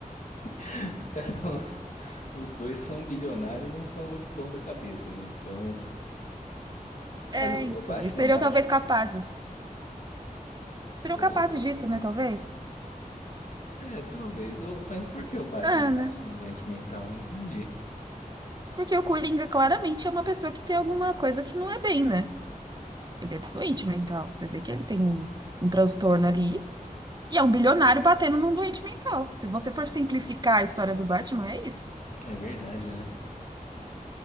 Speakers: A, on the left; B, on the right.
A: <laughs> os, os dois são bilionários e não são muito bom da cabeça, né? Então,
B: É,
A: mas o,
B: então,
A: o Batman
B: e seriam
A: bate
B: talvez capazes. Serão
A: o
B: capazes disso, né? Talvez?
A: É, talvez. O, mas por que o Batman
B: Ah,
A: bate
B: né?
A: no doente mental? Não entendi.
B: Porque o Coringa claramente é uma pessoa que tem alguma coisa que não é bem, né? Ele é doente mental. Você vê que ele tem um, um transtorno ali. E é um bilionário batendo num doente mental. Se você for simplificar a história do Batman, é isso.
A: É verdade, né?